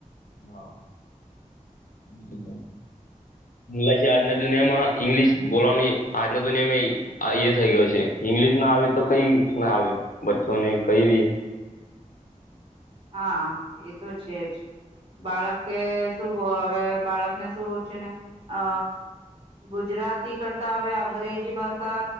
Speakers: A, on the left; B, on the right.
A: હાલા આજના દુનિયામાં ઈંગ્લિશ બોલવાની આજના દુનિયામાં એ થઈ ગયો છે ઈંગ્લિશ ના આવે તો કઈ ના આવે બચ્ચોને કઈ બી
B: હા એ તો છે જ બાળકે શું હવે બાળકને શું છે ને અ ગુજરાતી કરતા હવે અંગ્રેજી ભાષા